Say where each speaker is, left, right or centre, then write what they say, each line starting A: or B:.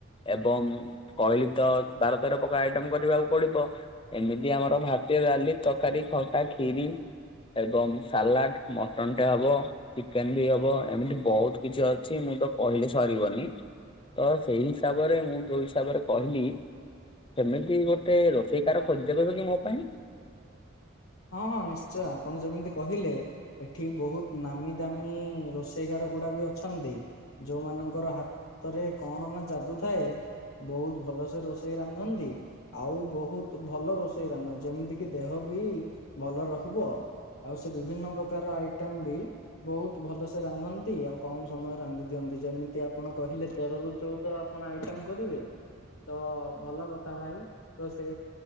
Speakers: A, on the left (about 25°); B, on the left (about 85°).
A: ଏବଂ କହିଲି ତ ବାର ତେର ପ୍ରକା ଆଇଟମ କରିବାକୁ ପଡିବ। ଏମିତି ଆମର ଭାତ, ଡାଲି, ତରକାରୀ, ଖଟା, ଖିରି ଏବଂ ସାଲାଡ଼, ମଟନ୍ ଟେ ହେବ। ଚିକେନ ବି ହବ। ଏମିତି ବହୁତ କିଛି ଅଛି, ମୁଁ ତ କହିଲେ ସରିବନି। ତ ସେଇ ହିସାବରେ, ମୁଁ ଯୋଉ ହିସାବରେ କହିଲି ସେମିତି ଗୋଟେ ରୋଷେଇକାର, ଖୋଜିଦେବେବ କି ମୋ ପାଇଁ?
B: ହଁ ହଁ ନିଶ୍ଚୟ, ଆପଣ ଯେମିତି କହିଲେ ଏଠି ବହୁତ ନାମୀ ଦାମୀ ରୋଷେଇଗାର ଗୁଡା ବି ଅଛନ୍ତି। ଯୋଉମାନଙ୍କର ହାତରେ, କଣ ନା ଯାଦୁ ଥାଏ ବହୁତ ଭଲସେ ରୋଷେଇ ରାନ୍ଧନ୍ତି। ଆଉ ବହୁତ ଭଲ ରୋଷେଇ ରାନ୍ଧ, ଯେମିତି କି ଦେହ ବି ଭଲ ରହିବ। ଆଉ ସେ ବିଭିନ୍ନ ପ୍ରକାର ଆଇଟମ ବି ବହୁତ ଭଲସେ ରାନ୍ଧନ୍ତି, ଆଉ କମ ସମୟରେ ରାନ୍ଧି ଦିଅନ୍ତି ଯେମିତି ଯଦି ଆପଣ କହିଲେ, ତେରରୁୁ ଚଉଦ ଆପଣ ଆଇଟମ କରିବେ ତ ଭଲ କଥା ଭାଇ, ତ ସେ